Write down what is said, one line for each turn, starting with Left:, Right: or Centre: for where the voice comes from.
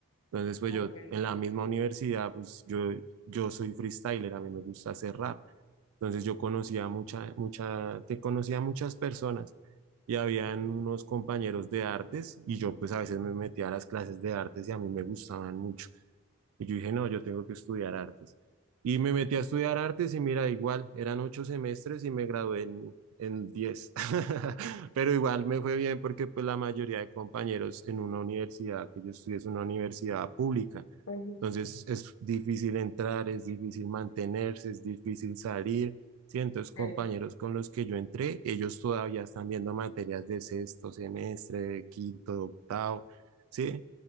Right: Entonces, pues
Left: ok.
Right: yo en la misma universidad, pues yo, yo soy freestyler, a mí me gusta hacer rap. Entonces yo conocía mucha, mucha, te conocía muchas personas y habían unos compañeros de artes y yo pues a veces me metía a las clases de artes y a mí me gustaban mucho. Y yo dije, no, yo tengo que estudiar artes. Y me metí a estudiar artes y mira, igual, eran ocho semestres y me gradué en, en diez. <laughs> Pero igual me fue bien porque pues la mayoría de compañeros en una universidad, que yo estudié es una universidad pública.
Left: Ujú,
Right: Entonces es difícil entrar, es difícil mantenerse, es difícil salir. Sí, entonces compañeros
Left: Sí,
Right: con los que yo entré, ellos todavía están viendo materias de sexto semestre, de quinto, de octavo, ¿sí?